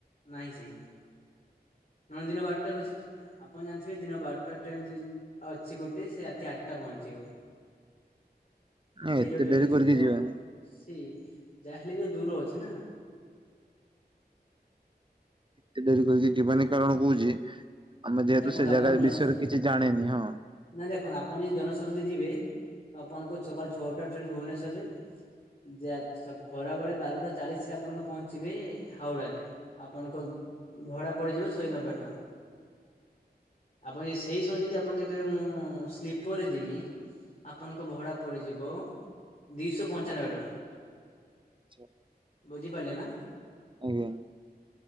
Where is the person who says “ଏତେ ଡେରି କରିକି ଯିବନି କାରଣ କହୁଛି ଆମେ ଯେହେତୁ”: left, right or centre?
Right